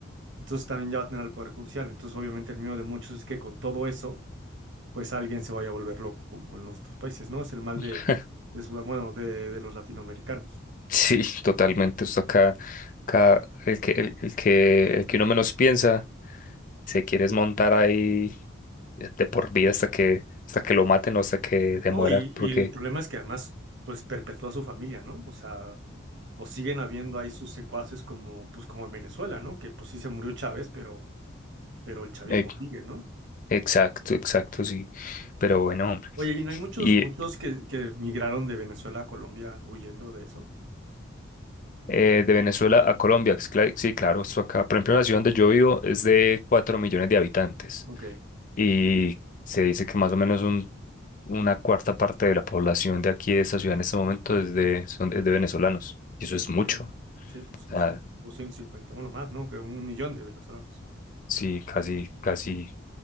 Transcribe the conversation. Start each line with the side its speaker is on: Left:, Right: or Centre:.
Right: entonces también ya va a tener al Poder Judicial. Entonces, obviamente, el miedo de muchos es que con todo eso pues alguien se vaya a volver loco como en los otros países, ¿no? Es el mal
Left: <laughs>
Right: de, de Sudam- bueno, de, de los latinoamericanos.
Left: Sí, totalmente. Esto acá, acá el que, el, el que, el que uno menos piensa, se quiere desmontar ahí de por vida hasta que, hasta que lo maten o hasta que se
Right: No,
Left: muera,
Right: y,
Left: porque
Right: y el problema es que además, pues perpetúa su familia, ¿no? O sea, o siguen habiendo ahí sus secuaces como, pues como en Venezuela, ¿no? Que pues sí se murió Chávez, pero, pero el chavismo
Left: eh,
Right: sigue, ¿no?
Left: exacto, exacto, sí. Pero bueno, hombre.
Right: Oye, y no hay muchos,
Left: Y
Right: muchos que, que migraron de Venezuela a Colombia huyendo de eso.
Left: eh, de Venezuela a Colombia. Sí, cla- sí, claro, esto acá. Por ejemplo, la ciudad donde yo vivo es de 4 millones de habitantes
Right: Ok.
Left: y se dice que más o menos un- una cuarta parte de la población de aquí de esta ciudad en este momento es de, son, es de venezolanos. Y eso es
Right: Ok.
Left: mucho. O
Right: Sí, pues sí,
Left: sea,
Right: son 250 bueno, más, ¿no? Que un millón de venezolanos.
Left: sí, casi, casi